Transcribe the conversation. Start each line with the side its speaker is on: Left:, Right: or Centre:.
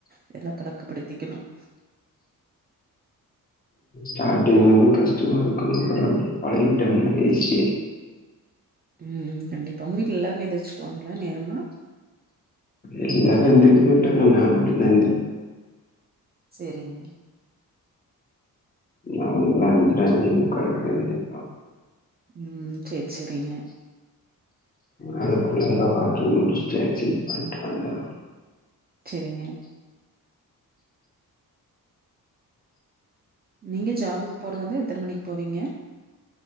Right: இதெல்லா பழக்கப்படுத்திக்கணும்.
Left: ஸ்டாட்டிங் வந்து கஷ்டமா இருக்கு. அப்புறோ அப்டியே பழகிட்டமாரி ஆய்ர்ச்சு.
Right: ம் கண்டிப்பா உங்க வீட்ல எல்லாருமே எந்திரிச்சுக்குவாங்ளா நேரமா?
Left: எல்லாரு எந்திரிக்க மாட்டாங் நா மட்டுந்தா எந்திரிப்
Right: செரிங்க.
Left: அவுங்ளா அஞ்சர அஞ்சே முக்கால்க்குதா எந்திரிப்பா
Right: ம் செரி செரிங்க.
Left: அதுக்குள்ளல்லா வாக்கிங் முடிச்ட்டு எக்சைஸ் பண்ட்டு வந்துருவ்
Right: செரிங்க. நீங்க ஜாபுக் போறதாந்தா எத்தன மணிக் போவிங்க?